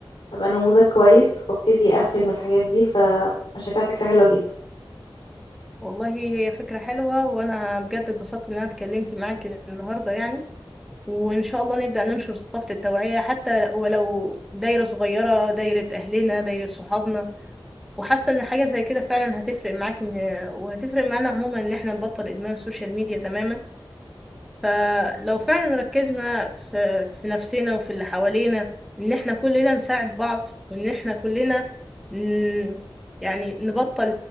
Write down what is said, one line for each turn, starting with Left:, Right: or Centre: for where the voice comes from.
Left: أبقى نموذج كويس وأبتدي أقفل من الحاجات دي فأنا شايفاها فكرة حلوة جدا
Centre: والله هي فكرة حلوة وأنا بجد اتبسطت إن أنا اتكلمت معاك النهاردة يعني وإن شاء الله نبدأ ننشر ثقافة التوعية حتى ولو دايرة صغيرة دايرة أهلنا دايرة صحابنا وحاسة إن حاجة زي كده فعلا هتفرق معاك إن وهتفرق معانا عموما إن إحنا نبطل إدمان السوشيال ميديا تماما فلو فعلا ركزنا في, في نفسنا وفي اللي حوالينا إن إحنا كلنا نساعد بعض وإن إحنا كلنا ن... يعني نبطل